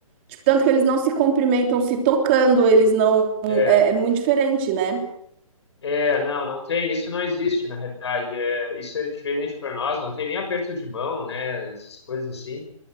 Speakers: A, on the right (about 20°); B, on the left (about 50°).
A: Tipo, tanto que eles não se cumprimentam se tocando, eles não.
B: é,
A: É, é muito diferente, né?
B: é, não, não tem, isso não existe na realidade. É, isso é diferente para nós, não tem nem aperto de mão, né? Essas coisas assim.